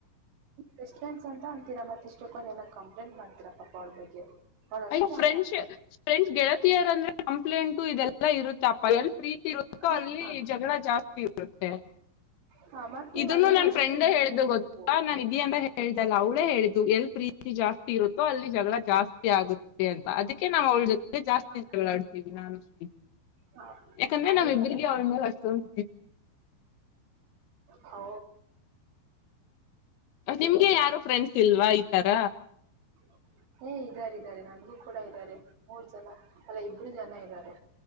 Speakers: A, on the right; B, on the left.
A: ಬೆಷ್ಟ್ ಫ್ರೆಂಡ್ಸ್ ಅಂತ ಅಂತೀರಾ ಮತ್ ಇಷ್ಟಕ್ಕೊಂದ ಏಲ್ಲ ಕಂಪ್ಲೇಂಟ್ ಮಾಡ್ತೀರಾ ಪಾಪ ಅವ್ಳ ಬಗ್ಗೆ. ಅವಳು ಅಷ್ಟು
B: ಅಯೊ ಫ್ರೆಂಚ್
A: ಹಂಗ
B: ಫ್ರೆಂಡ್ಸ್ ಗೆಳತಿಯರ್ ಅಂದ್ರೆ ಕಂಪ್ಲೇಂಟು ಇದೆಲ್ಲಾ ಇರುತ್ತಪ್ಪ ಎಲ್ ಪ್ರೀತಿ ಇರುತ್ತೋ
A: ಹ
B: ಅಲ್ಲಿ ಜಗಳ ಜಾಸ್ತಿ. <unintelligible>
A: ಹ ಮತ್ ನೀವ್
B: ಇದನ್ನು
A: ಅದನ್ನೇ
B: ನನ್
A: ಅನ್ಕೊಂಡ್
B: ಫ್ರೆಂಡ್
A: ಸುಮ್ನೆ
B: ಹೇಳ್ದು
A: ಇರ್ಬೇಕು
B: ಗೊತ್ತಾ ನಾನ್ ಇದೀ ಅಂತ ಹೇಳ ಹೇಳ್ದಲ್ಲ ಅವಳೇ ಹೇಳಿದ್ದು ಎಲ್ ಪ್ರೀತಿ ಜಾಸ್ತಿ ಇರುತ್ತೋ ಅಲ್ಲಿ ಜಗಳ ಜಾಸ್ತಿ ಆಗುತ್ತೆ ಅಂತ ಅದಕ್ಕೆ ನಾವು ಅವಳ ಜೊತೆಗೆ ಜಾಸ್ತಿ
A: ಹ
B: ಜಗಳಾಡ್ತೀವಿ ನಾನು <unintelligible>
A: ಹ
B: ಯಾಕಂದ್ರೆ
A: ಹೌದಾ
B: ನಾವ್ ಇಬ್ಬ್ರರಿಗೆ ಅವನ ಮೇಲೆ ಅಷ್ಟೋಂದ
A: ಹೋ
B: ನಿಮ್ಗೆ ಯಾರು ಫ್ರೆಂಡ್ಸ್ ಇಲ್ವಾ ಈ ತರ.
A: <unintelligible> ಹೇ ಇದಾರೆ ಇದಾರೆ ನಮಗೂ ಕೂಡ ಇದಾರೆ ಮೂರ್ ಜನ ಅಲ್ಲ ಇಬ್ಬರು ಜನ ಇದಾರೆ.